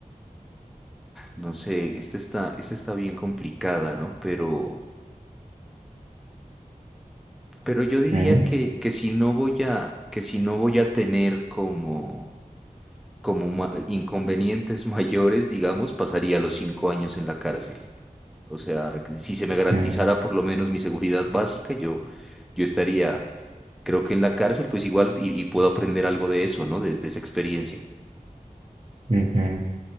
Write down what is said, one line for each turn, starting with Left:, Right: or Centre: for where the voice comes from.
Centre: no sé, esta está, esta está bien complicada, ¿no? Pero, pero yo diría
Right: Mm,
Centre: que, que si no voy a, que si no voy a tener como, como ma- inconvenientes <laughs> mayores, digamos, pasaría los 5 años en la cárcel. O sea, si se me garantizara
Right: mm,
Centre: por lo menos mi seguridad básica, yo, yo estaría, creo que en la cárcel, pues igual, y, y puedo aprender algo de eso, ¿no? De, de esa experiencia.
Right: ujú.